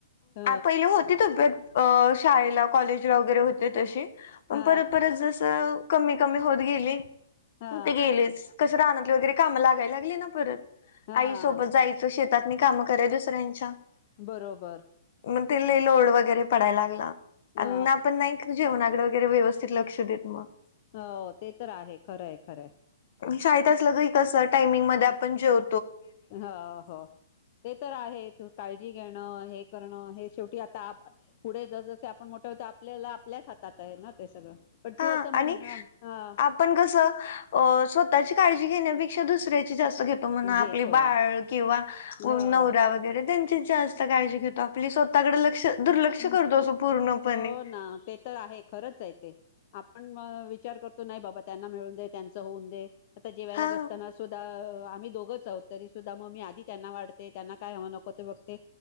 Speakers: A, on the left; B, on the left.
A: ह
B: पहिले होती तब्बेत अ शाळेला कॉलेजला वगैरे होते तशी पण
A: हा
B: परत परत जस कमी कमी होत गेली.
A: हा
B: <inaudible> कुठ गेलीस गेलेस क राहत वगरे काम लागयला लागले ना, परत, <inaudible>
A: हा
B: आईसोबत जायचं शे त्यांनी कामं करे दुसऱ्यांच्या
A: बरोबर
B: <inaudible> मग ते लै लोड वगैरे खडा लागला. <inaudible>
A: अ
B: त्यांना पण नाहीच जेवणा <inaudible> येरी वगैरे व्यवस्थित लक्ष देत मग. <inaudible>
A: हो ते तर आहे खरंय-खरंय. <inaudible>
B: <inaudible> शाळेत असलं करी कसं टाइमिंग म ते आपण जेव
A: <inaudible> ह हो, <inaudible> ते तर आहेच काळजी घेणं हे करणं, हे शेवटी आता आ <inaudible> पुढे जस-जसे आपण मोठ आपल्याला आपल्याच हातात आहे, ना! ते सगळं. पण
B: हा
A: तू असं म्हण
B: आणि
A: हा हा <inaudible>
B: आपण कसं अ स्वतःची काळजी घेण्यापेक्षा दुसऱ्याची जास् घेतो म्हणा
A: घेतो
B: आपली बाळ किंवा
A: ह
B: नवरा वगैरे त्यान् चीच जास्त काळजी घेतो आपली स्वतःकडे लक्ष दुर्लक्ष
A: हं.
B: करतो असं पूर्णपणे
A: हो ना ते तर आहे खरंचए ते. आपण व विचार करतो, नाही बाबा त्यांना मिळून दे, त्यांचं होऊन दे. आता जेवायला
B: हा
A: बसताना सुद्धा अ आ मी दोघंच आहोत, तरी सुद्धा म मी आधी त्यांना वाढते, त्यांना काय हवं नको ते बघते